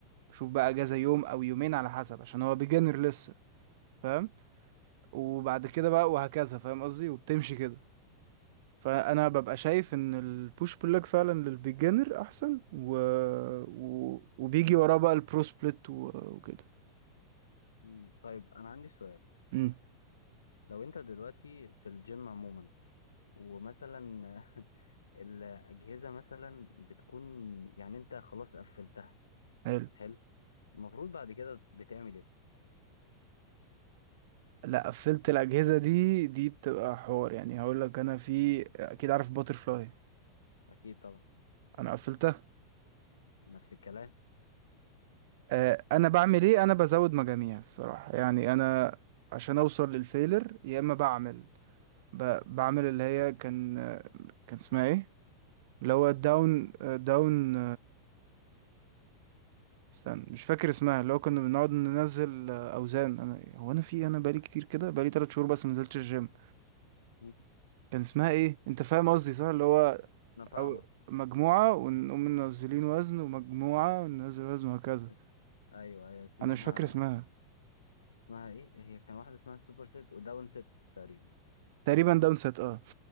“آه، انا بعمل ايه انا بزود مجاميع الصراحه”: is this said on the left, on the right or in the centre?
Right